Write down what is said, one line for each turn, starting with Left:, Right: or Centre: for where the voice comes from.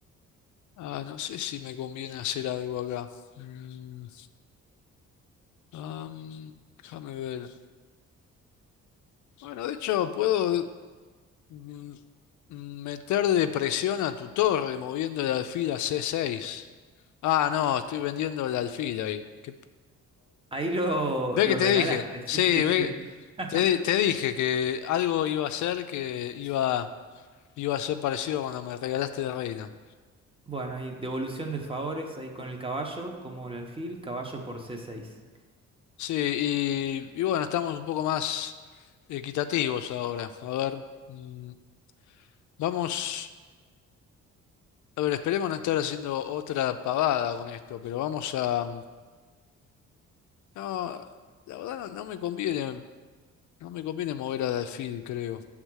Left: Ah, no sé si me conviene hacer algo acá. Mm, am, déjame ver. Bueno, de hecho, puedo mm, mm, meter de presión a tu torre moviendo el alfil a c seis Ah, no, estoy vendiendo el alfil ahí. Qué
Right: Ahí lo,
Left: Ve
Right: lo
Left: que te
Right: regalaste,
Left: dije,
Right: sí,
Left: sí,
Right: sí,
Left: ve,
Right: sí. <laughs>
Left: te, te dije que algo iba a ser que iba, iba a ser parecido cuando me regalaste la reina.
Right: Bueno, hay devolución de favores ahí con el caballo, como el alfil, caballo por c seis
Left: Sí, y, y bueno, estamos un poco más equitativos ahora. A ver, mm, vamos, a ver, esperemos no estar haciendo otra pavada con esto, pero vamos a... No, la verdad no, no me conviene, no me conviene mover al alfil, creo.